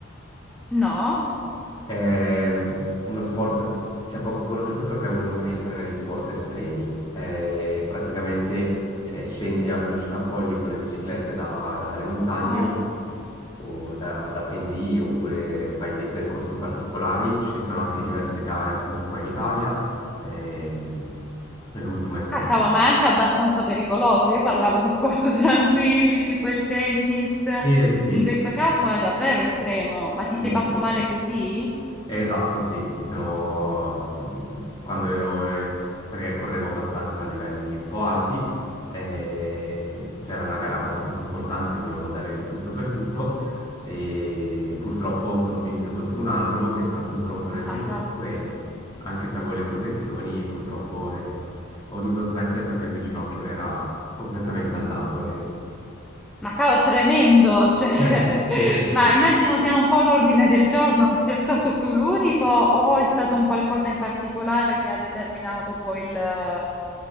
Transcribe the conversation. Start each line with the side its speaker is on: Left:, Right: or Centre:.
Centre: No?
Left: È uno sport, cioè, poco conosciuto perché uno rientra negli sport estremi. Eh, praticamente eh, scendi a velocità folli con le biciclette da- dalle montagne
Centre: Ah,
Left: o da, da pendii oppure fai dei percorsi particolari. Ci sono anche diverse gare appunto qua in Italia. Ehm, l'ultima è stata...
Centre: ah, cavolo, ma è anche abbastanza pericoloso. Io parlavo di sport <laughs> tranquilli, tipo il tennis.
Left: Eh sì,
Centre: In questo caso è davvero estremo. Ma ti sei
Left: sì, sì.
Centre: fatto male così?
Left: Eh, Esatto, sì, sono... s- quando ero, eh, perché correvo abbastanza a livelli un po' alti, eh, c'era una gara abbastanza importante, volevo dare il tutto per tutto e purtroppo sono finito contro un albero, mi è entrato un tronco nel
Centre: Ah,
Left: ginocchio
Centre: cavolo.
Left: e anche se avevo le protezioni, purtroppo eh, ho dovuto smettere perché il mio ginocchio era completamente andato. E...
Centre: Ma cavolo, tremendo, cioè, <laughs>
Left: Eh sì, sì, sì, sì,
Centre: ma
Left: sì.
Centre: immagino siano un po' l'ordine del giorno, non sia stato tu l'unico o è stato un qualcosa in particolare che ha determinato poi il...